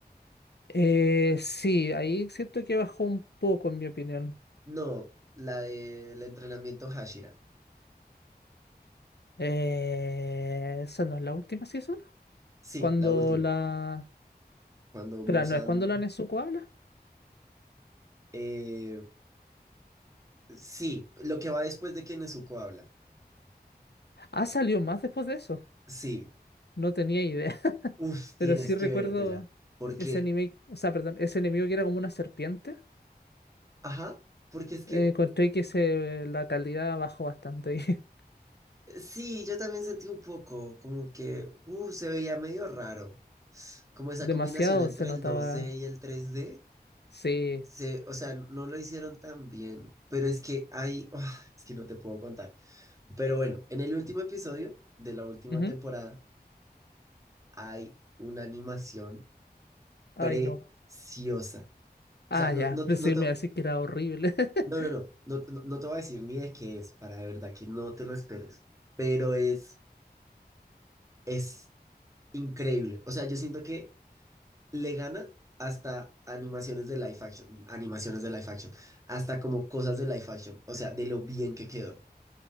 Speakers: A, on the left (about 80°); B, on the right (about 20°).
A: Eh, sí, ahí siento que bajó un poco en mi opinión.
B: No, la del entrenamiento Hashira.
A: Eh, esa no es la última season.
B: Sí,
A: Cuando
B: la última.
A: la...
B: Cuando
A: Pero
B: Musan.
A: no es cuando la Nezuko habla.
B: eh, Sí, lo que va después de que Nezuko habla.
A: Ah, salió más después de eso.
B: Sí,
A: No tenía idea. <laughs>
B: uf,
A: Pero
B: tienes
A: sí recuerdo
B: que vértela. Porque,
A: ese anime, o sea, perdón, ese enemigo que era como una serpiente.
B: ajá, porque es que,
A: Eh, encontré que se, la calidad bajó bastante.
B: eh, sí, yo también sentí un poco como que, uh, se veía medio raro.
A: <laughs>
B: Como esa
A: Demasiado
B: combinación entre
A: se notaba.
B: el dos d y el tres d
A: Sí.
B: Se, o sea, no lo hicieron tan bien. Pero es que hay, ah, es que no te puedo contar. Pero bueno, en el último episodio de la última
A: Ujú.
B: temporada hay una animación
A: Ay,
B: preciosa.
A: no. Ah,
B: O sea, no,
A: ya,
B: no,
A: decirme
B: no te-
A: así que era horrible. <laughs>
B: No, no, no, no, no, no te voy a decir ni de qué es, para de verdad que no te lo esperes, pero es, es increíble. O sea, yo siento que le gana hasta animaciones de live action, animaciones de live action, hasta como cosas de live action, o sea, de lo bien que quedó.